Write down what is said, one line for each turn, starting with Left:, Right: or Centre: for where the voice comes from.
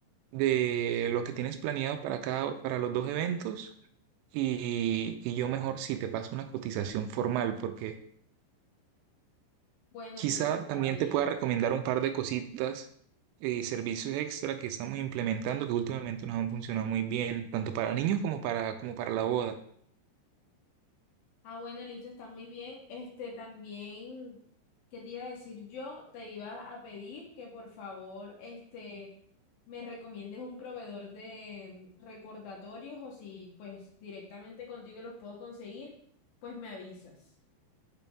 Right: de lo que tienes planeado para cada, para los dos eventos y, y yo mejor si te paso una cotización formal, porque
Left: Bueno,
Right: quizá
Left: listo, está
Right: también
Left: bien.
Right: te pueda recomendar un par de cositas y servicios extra que estamos implementando que últimamente nos han funcionado muy bien, tanto para niños como para, como para la boda.
Left: Ah, bueno, listo, está muy bien. Este también, ¿qué te iba a decir yo? Te iba a pedir que por favor, este, me recomiendes un proveedor de mm, recordatorios o si pues directamente contigo los puedo conseguir, pues me avisas.